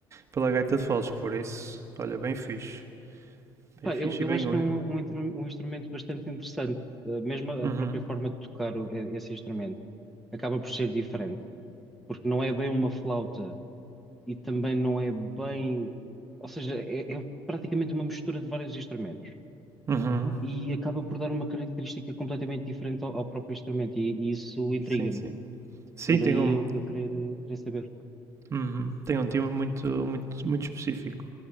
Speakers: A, on the right; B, in the centre.
A: pela gaita de foles, por isso, olha, bem fixe,
B: Pá,
A: bem fixe
B: eu, eu
A: e bem
B: acho
A: único.
B: que é um, um intru- um instrumento bastante interessante, Uh, mesmo a
A: Uhum,
B: a própria forma de tocar o- e- esse instrumento acaba por ser diferente, porque não é bem uma flauta e também não é bem, ou seja, é, é praticamente uma mistura de vários instrumentos.
A: uhum.
B: e acaba por dar uma característica completamente diferente ao, ao próprio instrumento, e, e isso intriga-me.
A: Sim, sim. Sim,
B: E daí
A: tem um,
B: eu, eu querer, eh, querer saber.
A: uhum, tem um timbre muito, muito, muito específico.